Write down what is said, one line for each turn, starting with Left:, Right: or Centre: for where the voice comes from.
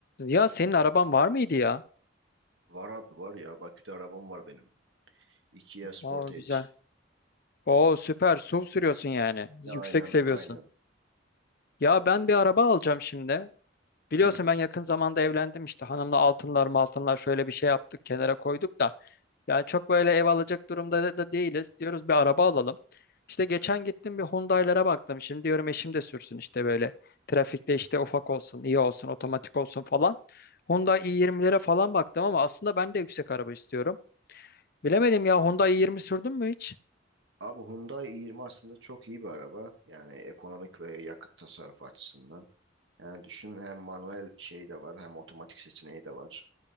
Left: Ya senin araban var mıydı ya?
Right: Var abi var ya. Bakü'de arabam var benim. Kia Sportage.
Left: Aa güzel. Oo süper. SUV sürüyorsun yani.
Right: Ya
Left: Yüksek
Right: aynen
Left: seviyorsun.
Right: aynen.
Left: Ya ben bir araba alacağım şimdi. Biliyorsun
Right: Hmm.
Left: ben yakın zamanda evlendim işte hanımla altınlar altınlar şöyle bir şey yaptık kenara koyduk da. Yani çok böyle ev alacak durumda da da değiliz. Diyoruz bir araba alalım. İşte geçen gittim bir Hyundai'lara baktım. Şimdi diyorum eşim de sürsün işte böyle. Trafikte işte ufak olsun, iyi olsun, otomatik olsun falan. Hyundai i20'lere falan baktım ama aslında ben de yüksek araba istiyorum. Bilemedim ya Hyundai i20 sürdün mü hiç?
Right: Abi Hyundai i20 aslında çok iyi bir araba. Yani ekonomik ve yakıt tasarrufu açısından. Yani düşün hem manuel şeyi de var hem otomatik seçeneği de var.